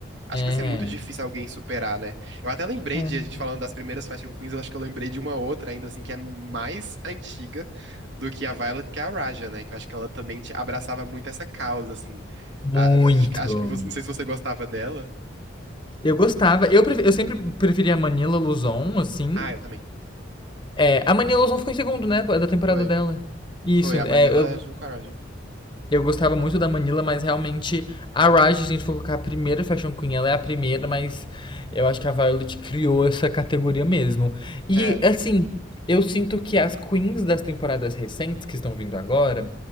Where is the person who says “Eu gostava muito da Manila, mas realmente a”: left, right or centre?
Left